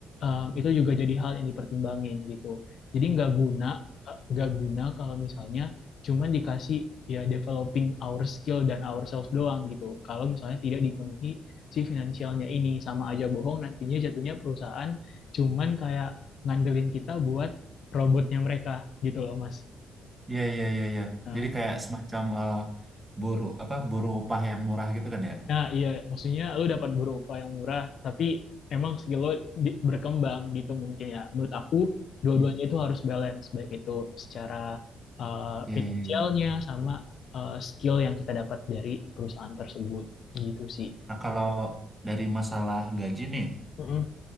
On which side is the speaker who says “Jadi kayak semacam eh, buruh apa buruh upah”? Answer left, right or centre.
Right